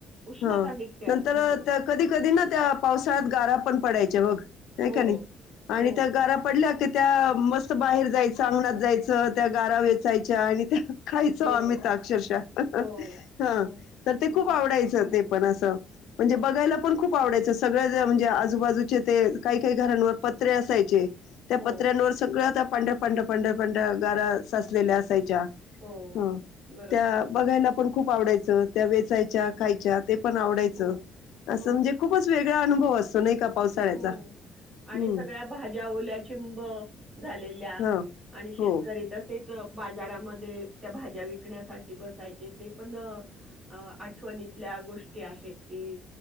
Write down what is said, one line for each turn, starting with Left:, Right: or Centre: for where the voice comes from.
Right: उष्णता
Left: ह
Right: निघते
Left: नंतर
Right: असं म्हणायचं.
Left: कधी कधी ना त्या- पावसाळात गारा पण पडायचा बघ. ह
Right: हो
Left: का नाही आणि
Right: हो
Left: त्या गारा पडल्या कि- त्या मस्त बाहेर जायचं अंगणात जायचं त्या गारा वेचायच्या आणि त्या - खायचो
Right: हो
Left: आम्ही तर अक्षरशः
Right: हो
Left: हा
Right: हो
Left: तर ते खूप
Right: बरोबर
Left: आवडायचं ते पणस म्हणजे
Right: हो
Left: बघायला पण खूप आवडायच. सगळ ज म्हणजे आजूबाजूचे ते. काही काही घरांवर पत्रे असायचे. त्या
Right: हो
Left: पत्र्यांवर सगळ त्या. पंढर पंढ पंढर पंढ गारा सासलेले असायचे. ज्या
Right: हो
Left: हम्म
Right: बरोबर
Left: त्या बघायला - पण खूप आवडायचं त्या वेचायच्या खायच्या. ते पण आवडायचं
Right: हो
Left: असं
Right: हो
Left: म्हणजे खूपच वेग अनुभव असो नाही. का पावसाळ्याचा.
Right: हो आणि
Left: हं.
Right: सगळ्या भाज्या ओल्या चिंब झालेल्या
Left: हं.
Right: आणि शेतकरी
Left: हो.
Right: तस तेच बाजारामध्ये त्या भाज्या विकण्यासाठी बसायचे ते पण आठवणीतल्या गोष्टी आहेत कि